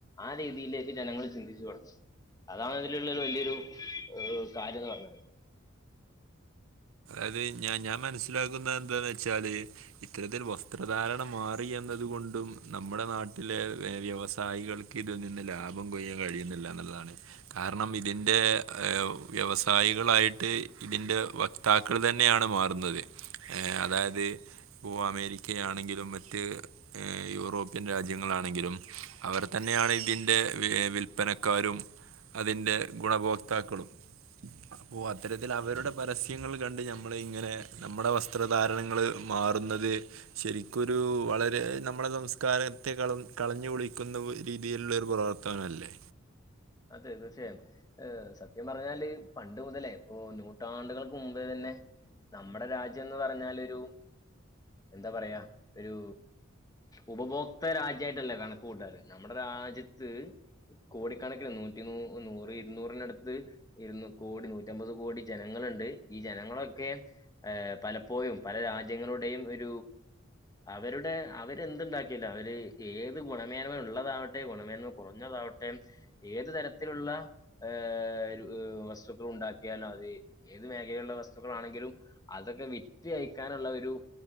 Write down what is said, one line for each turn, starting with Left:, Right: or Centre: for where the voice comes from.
Left: ആ രീതിയിലേക്ക് ജനങ്ങള് ചിന്തിച്ചു <unintelligible> അതാണതിലുള്ളൊരു വലിയൊരു കാര്യം എന്ന് പറഞ്ഞത്.
Right: അത് ഞാ ഞാമനസ്സിലാക്കുന്ന എന്താന്ന് വച്ചാല് ഇത്തരത്തിൽ വസ്ത്രധാരണം മാറി എന്നത് കൊണ്ടും നമ്മുടെ നാട്ടിലെ വ്യവസായികൾ ഇതിൽ നിന്ന് ലാഭം കൊയ്യാൻ കഴിയുന്നില്ല എന്നുള്ളതാണ്. കാരണം ഇതിന്റെ വ്യവസായികളായിട്ട് ഇതിന്റെ വൈ താക്കൾ തന്നെയാണ് മാറുന്നത് ഏഹ് അതായത്? ഇപ്പോൾ അമേരിക്കയാണെങ്കിലും മറ്റ്. ഏഹ് യൂറോപ്യൻ രാജ്യങ്ങളാണെങ്കിലും അവര് ത്തന്നെയാണ് ഇതിന്റെ വില്പ്പനക്കാരും. അതിന്റെ ഗുണഭോക്താക്കളും അപ്പോ അത്തരത്തിൽ അവരുടെ പരസ്യ ങ്ങൾ കണ്ട് ഞമ്മള് ഇങ്ങനെ നമ്മുടെ വസ്ത്രധാരണങ്ങള് മാറുന്നത്. ശരിക്ക് ഒരു വളരെ നമ്മുടെ സംസ്കാരത്തെ കള കളഞ്ഞു കുളിക്കുന്ന രീതിയിലുള്ള ഒരു പ്രവർത്ത ത്തനല്ലേ?
Left: അതെതേ തീർച്ചയായും എ സത്യം പറഞ്ഞാല് പണ്ട് മുതലേ ഇപ്പൊ നൂറ്റാണ്ടുകൾ ക്ക് മുമ്പേ തന്നെ നമ്മുടെ രാജ്യംന്ന് പറഞ്ഞാല് ഒരു എന്താ പറയാ ഒരു ഉപഭോക്ത രാജ്യായിട്ടല്ലേ കണക്ക് കൂട്ടാറ് നമ്മുടെ രാജ്യത്ത് കോടി കണക്കില് നൂറ്റി നൂ നൂറി ഇരുന്നൂറിനടുത്ത്. ഇരുന്ന് കോടി നൂറ്റമ്പത് കോടി ജനങ്ങളുണ്ട് ഈ ജനങ്ങളൊക്കെ? ഏഹ് പലപ്പോഴും പല രാജ്യങ്ങളുടെയും ഒരു അവരുടെ അവരെന്തുണ്ടാക്കിയാലും അവര് ഏത് ഗുണമേന്മ ഉള്ളതാവട്ടെ ഗുണമേന്മ കുറഞ്ഞതാവട്ടെ?. ഏത് തരത്തിലുള്ള ഏ രു വസ്തുക്കൾ ഉണ്ടാക്കിയാലും അത് ഏത് മേഖലയിലുള്ള വസ്തുക്കളാണെങ്കിലും അതൊക്കെ വിറ്റ് അയക്കാനുള്ള ഒരു